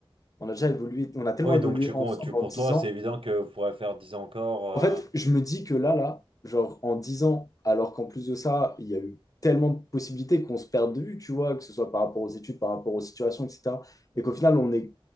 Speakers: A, on the left; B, on the right.
A: on a déjà évolué, on a tellement
B: Oui,
A: évolué
B: donc tu,
A: ensemble
B: con- tu pour
A: en dix
B: toi,
A: ans
B: c'est évident que vous pourrez faire 10 ans encore, euh,
A: En fait, je me dis que là, là, genre en 10 ans, alors qu'en plus de ça, il y a eu tellement de possibilités qu'on se perd de vue, tu vois, que ce soit par rapport aux études, par rapport aux situations, etc. Et qu'au final, on est